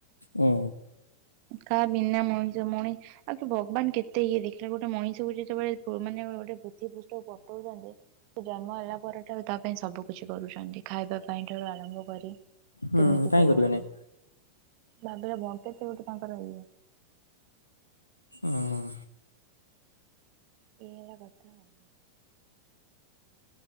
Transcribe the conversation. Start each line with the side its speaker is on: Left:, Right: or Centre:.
Left: ହୁଁ।
Right: କାହା ବିନା ମଣିଷ ମଣି ଆଉ କି ଭଗବାନ କେତେ ଇଏ ଦେଖିଲା ଗୋଟେ ମଣିଷକୁ ଯେତେବେଳେ ମାନେ ଗୋଟେ ପୃଥିବୀ ପୃଷ୍ଟକୁ ପଠଉଛନ୍ତି <inaudible> ଜନ୍ମ ହେଲା ପରଠାରୁ ତା ପାଇଁ ସବୁ କିଛି କରୁଛନ୍ତି ଖାଇବା ପାଇଁ ଠାରୁ ଆରମ୍ଭ କରି
Left: ହୁଁ
Right: କେମିତି
Left: କାହିଁ
Right: କହିବ
Left: କରିବେ
Right: ନାହିଁ
Left: ନାଇଁ।
Right: ଭାବେ ବଙ୍କା କେମିତି କଣ ତାର ହୁଏ।
Left: ହଁ।
Right: ଇଏ ହେଲା କଥା ଆଉ।